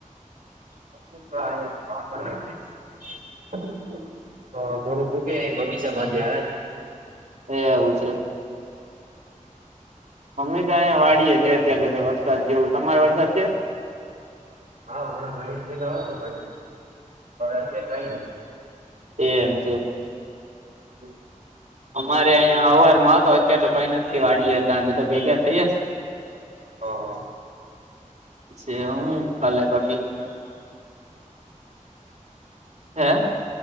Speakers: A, on the right; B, on the right.
A: <unintelligible> થોડું ભૂખે બગીચા બાજુ આવ્યા હતા.
B: એ એવું છે. અમે તો અહીં વાડીએ છીએ. અત્યારે તો વરસાદ જેવું. તમારે વરસાદ છે?
A: હા, મારા ગાડી પલા આવ, છોડીયા કઈ <unintelligible>
B: એમ છે.
A: હમ.
B: અમારે અહીંયા અવાર માં હતો. અત્યારે તો કંઈ નથી. વાડી તો બધા ભેગા થઈ
A: હા, હા.
B: જે હું ભલેે બાકી.
A: ઘરના
B: હે.